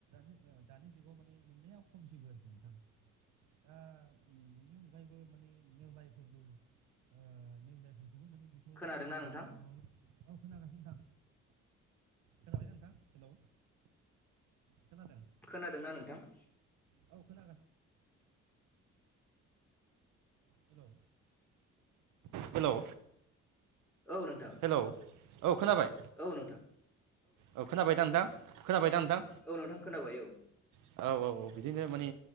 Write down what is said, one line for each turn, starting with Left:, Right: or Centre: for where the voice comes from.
Right: <inaudible> बेखौ
Centre: <unintelligible> ना नोंथां
Right: लामा लामा औ खोनागासिनो नोंथां खोनाबायना नोंथां हेलौ खोनादों
Centre: खोनादोंना नोंथां?
Right: हेलौ हेलौ हेलौ
Centre: औ नोंथां
Right: हेलौ औ खोनाबाय
Centre: औ नोंथां
Right: औ खोनाबायदा नोंथां? खोनाबाय दा नोंथां
Centre: औ नोंथां खोनाबाय औ
Right: औ औ औ बिदिनो माने